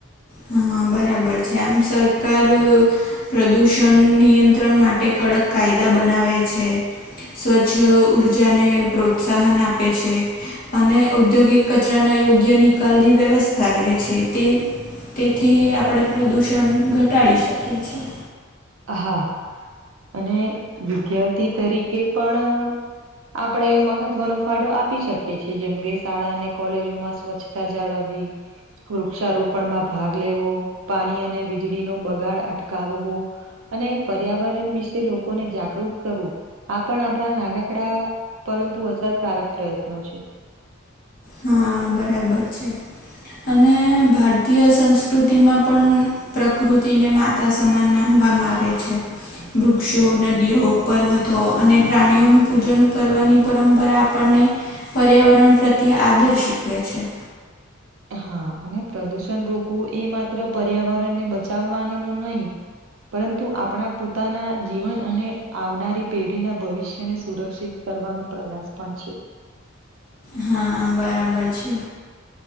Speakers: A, on the left (about 40°); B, on the right (about 70°).
A: હા બરાબર છે આમ સરકાર પ્રદૂષણ નિયંત્રણ માટે કડક કાયદા બનાવે છે. સ્વચ્છ ઉર્જાને પ્રોત્સાહન આપે છે. અને ઔદ્યોગિક કચરાના યોગ્ય નિકાલની વ્યવસ્થા કરે છે તે તેથી આપણે પ્રદૂષણ ઘટાડી શકીએ છી
B: હા અને વિદ્યાર્થી તરીકે પણ આપણે મહત્વનો ફાદો આપી શકીએ છી જેમ કે શાળા અને કોલેજોમાં સ્વચ્છ તા જાાળવી વૃક્ષારોપણમાં ભાગ લેવો પાણી અને વીજળીનો બગાડ અટકાવવો અને પર્યાવરણ વિશે લોકોને જાગૃત કરવું આ પણ આપણા નાનકડા પરંતુ અસરકારક પ્રયત્નો છે.
A: હા બરાબર છે અને ભારતીય સંસ્કૃતિમાં પણ પ્રકૃતિને માતા સમાન માનવામાં આવે છે. વૃક્ષો નદીઓ પર્વતો અને પ્રાણીઓનું પૂજન કરવાની પરંપરા આપણને પર્યાવરણ પ્રત્યે આદર શીખવે છે.
B: હા અને પ્રદુષણ રોકવું એ માત્ર પર્યાવરણને બચાવવાનું ન નહીં પરંતુ આપણા પોતાના જીવન અને આવનારી પેઢીના ભવિષ્યને સુરક્ષિત કરવાનો પ્રયાસ પણ છે.
A: હા બરાબર છે.